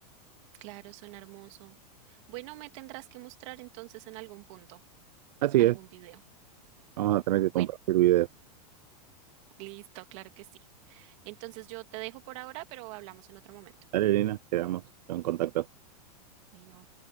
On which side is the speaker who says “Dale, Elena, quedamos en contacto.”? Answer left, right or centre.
Right